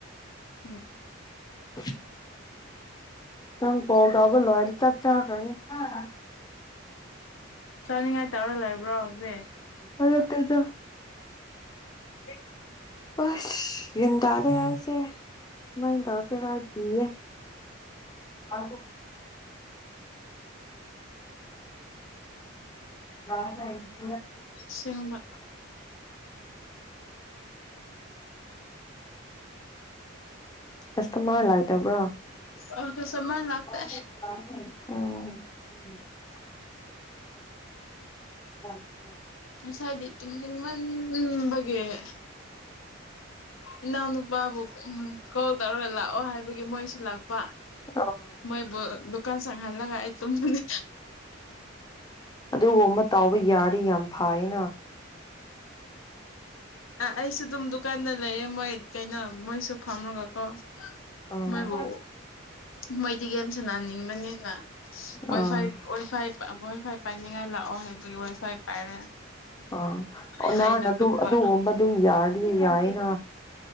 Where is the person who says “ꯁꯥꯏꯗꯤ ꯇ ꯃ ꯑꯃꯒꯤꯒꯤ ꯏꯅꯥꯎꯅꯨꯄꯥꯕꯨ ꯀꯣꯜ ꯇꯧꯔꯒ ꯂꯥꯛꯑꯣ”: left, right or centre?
Left